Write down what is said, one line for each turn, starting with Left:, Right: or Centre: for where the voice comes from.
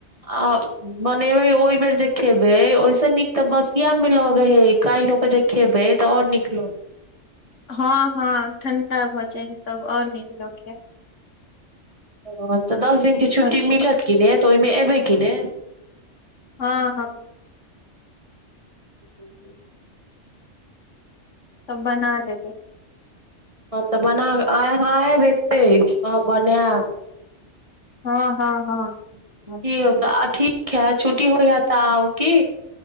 Right: आ बनेबै ओहि बेर जे खेबै ओहिसँ नीक तऽ बसियामे लगे हय काल्हि ल के जे खेबै तऽ आओर नीक लगै
Left: हँ हँ ठण्डा भऽ जाइ हइ तब आओर नीक लगय
Right: ओ तऽ दस दिन के छुट्टी
Left: छै
Right: मिलत कि ने तहिमे एबै की ने
Left: हँ हँ
Right: ह
Left: तब बना देबे
Right: हँ तऽ बना आय अहाँ आयब एत्ते हाँ बनायब <unintelligible>
Left: हँ हँ हँ
Right: की यौ त अथि खे छुटी होयै त आओ की